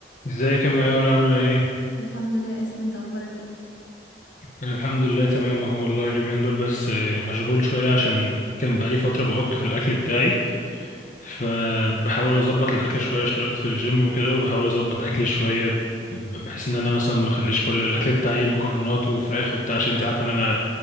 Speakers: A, on the left; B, on the left.
A: ازيك يا ميار عاملة ايه؟
B: الحمد لله يا ياسر انت اخبارك ايه
A: الحمد لله تمام اهو والله اليومين دول بس آه، مشغول شوية عشان كان بقالي فترة بعك في الأكل بتاعي فبحاول أظبط الأكل شوية اشتركت في الجيم وكده وبحاول أظبط أكلي شوية ب- بحيث إن أنا مثلا ما أخليش كل الأكل بتاعي مكرونات وفراخ وبتاع عشان أنت عارفة إن أنا